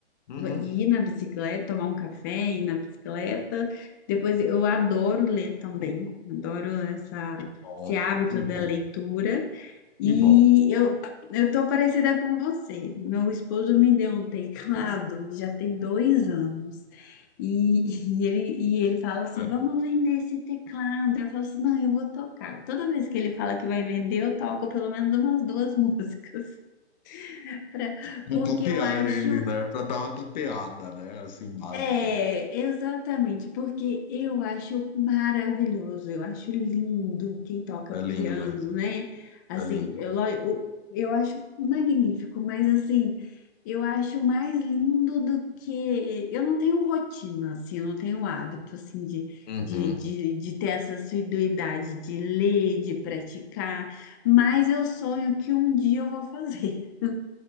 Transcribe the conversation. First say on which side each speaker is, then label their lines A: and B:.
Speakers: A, on the left (about 40°); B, on the left (about 20°).
A: Uhum.
B: ir na bicicleta, tomar um café, ir na bicicleta. Depois eu adoro ler também, adoro essa,
A: Que bom,
B: esse hábito
A: que bom,
B: da leitura. E
A: que bom.
B: eu, eu tô parecida com você. Meu esposo me deu um teclado, <laughs> já tem dois anos. E, e ele, e ele fala assim:
A: É,
B: vamos vender esse teclado. Eu falo assim: não, eu vou tocar. Toda vez que ele fala que vai vender, eu toco pelo menos umas duas <laughs> músicas. pra-
A: pra
B: porque
A: tapear
B: eu acho
A: ele, né? Pra dar uma tapeada, né? Assim, básica.
B: É, exatamente, porque eu acho maravilhoso, eu acho lindo quem toca
A: É
B: piano,
A: lindo mesmo.
B: né? Assim,
A: É lindo.
B: eu, lo- eu, eu acho magnífico, mas assim, eu acho mais lindo do que. Eu não tenho rotina, assim, eu não tenho hábito, assim, de,
A: Uhum.
B: de, de, de ter essa assiduidade de ler, de praticar, mas eu sonho que um dia eu vou fazer. <laughs>